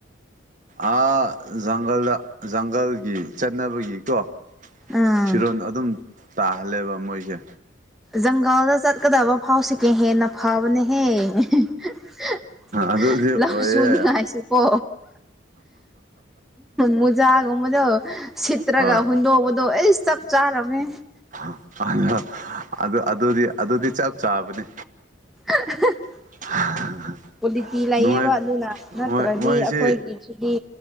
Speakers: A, on the right; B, in the centre.
A: ꯑꯥ ꯖꯪꯒꯜꯗ ꯖꯪꯒꯜꯒꯤ ꯆꯠꯅꯕꯒꯤꯀꯣ
B: ꯎꯝ
A: ꯐꯤꯔꯣꯜ ꯑꯗꯨꯝ ꯇꯥꯍꯜꯂꯦꯕ ꯃꯣꯏꯁꯦ
B: ꯖꯪꯒꯥꯜꯗ ꯆꯠꯀꯗꯕ ꯐꯥꯎꯁꯤ ꯀꯦ ꯍꯦꯟꯅ ꯐꯕꯅꯦꯍꯦ <unintelligible>
A: ꯑꯗꯨꯗꯤ ꯑꯣꯏꯌꯦ
B: ꯂꯧꯛꯁꯨ ꯅꯤꯡꯉꯥꯏꯁꯨ ꯀꯣ ꯃꯨꯖꯥꯒꯨꯝꯕꯗꯣ ꯁꯤꯠꯇ꯭ꯔꯒ
A: ꯍꯣꯏ
B: ꯍꯨꯟꯗꯣꯛꯄꯗꯣ ꯑꯦꯁ ꯆꯞ ꯆꯥꯔꯝꯃꯦ
A: <unintelligible> ꯑꯗꯨ ꯑꯗꯨꯗꯤ ꯑꯗꯨꯗꯤ ꯆꯞ ꯆꯥꯕꯅꯤ
B: <unintelligible>
A: <unintelligible>
B: ꯀ꯭ꯋꯥꯂꯤꯇꯤ ꯂꯩꯌꯦꯕ
A: ꯅꯨꯡꯉꯥꯏ
B: ꯑꯗꯨꯅ ꯅꯠꯇ꯭ꯔꯗꯤ
A: ꯃꯣꯏ ꯃꯣꯏꯁꯤ
B: ꯑꯩꯈꯣꯏꯒꯤꯁꯤꯗꯤ